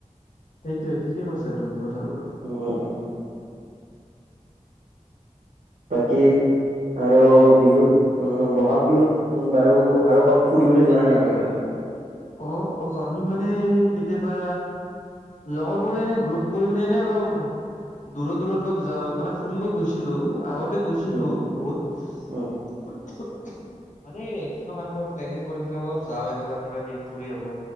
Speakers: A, on the left; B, on the right.
A: সেইটোয়ে ঠিকেই কৈছা তুমি কথাবোৰ
B: উ অ উ তাকী আৰু বিহুত উ বহাগ বিহুত উ বাৰু আৰু ক'ত ফুৰিবলৈ যোৱা নাই বাহিৰত
A: অ অ আমি মানে কেতিয়াবা লগৰ বোৰে এনে গ্ৰুপ কৰি পিনে এনে অলপ দূৰত দূৰত অলপ যাও মানে ফুৰিব গৈছিলো আগতে গৈছিলো
B: উম,
A: বহুত
B: উম,
A: মানে এই একদিনৰনেকুৱা প্লেনিং পি যা এনেকুৱা কিবা কিব ফুৰি আহো